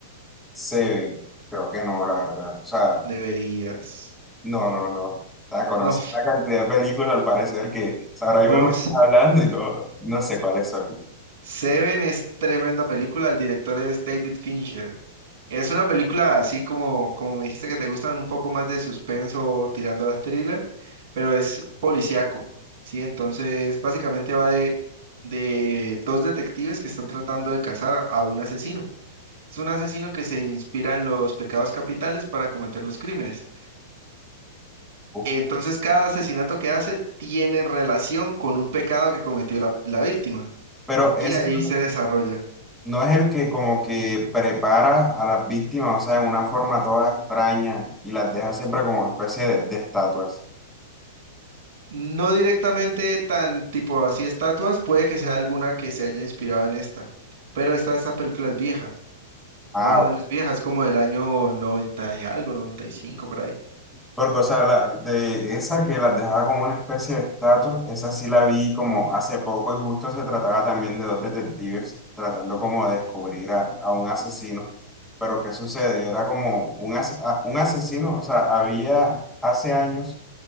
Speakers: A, in the centre; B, on the right.
A: Seven, creo que no, la verdad. O sea,
B: Deberías.
A: no, no, no. O sea, conocí
B: No,
A: una cantidad de películas al parecer que o sea, ahora
B: bro,
A: mismo me estás <laughs> hablando y no, no sé cuáles son.
B: Seven es tremenda película, el director es David Fincher. Es una película así como, como me dijiste que te gustan un poco más de suspenso tirando a thriller, pero es policíaco, ¿sí? Entonces básicamente va de, de dos detectives que están tratando de cazar a, a un asesino. Es un asesino que se inspira en los pecados capitales para cometer los crímenes.
A: Uf.
B: Entonces cada asesinato que hace tiene relación con un pecado que cometió la la víctima
A: Pero ese
B: y ahí
A: no
B: se desarrolla.
A: no es el que como que prepara a las víctimas, o sea, en una forma toda extraña y las deja siempre como especie de, de estatuas.
B: No directamente tan tipo así estatuas, puede que sea alguna que se haya inspirado en esta, pero esta, esta película es vieja,
A: Ah,
B: más o menos vieja, es como del año 90 y algo, 95 por ahí.
A: Porque, o sea, la, de esa que las dejaba como una especie de estatua, esa sí la vi como hace poco y justo se trataba también de dos detectives tratando como de descubrir a, a un asesino. Pero ¿qué sucede? Era como un, ase- a- un asesino, o sea, había hace años